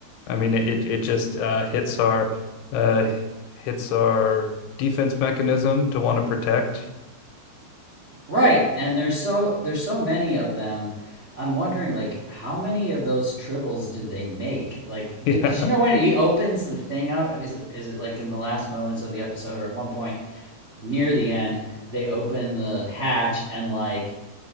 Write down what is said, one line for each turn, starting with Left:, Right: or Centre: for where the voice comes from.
Left: I mean, it it just uh hits our uh hits our defense mechanism to want to protect. <laughs>
Right: Right. And there's so there's so many of them. I'm wondering like how many of those triples did they make? Like because
Left: Yeah.
Right: you know when he opens the thing up is is it like in the last moments of the episode or at one point near the end they open the hatch and like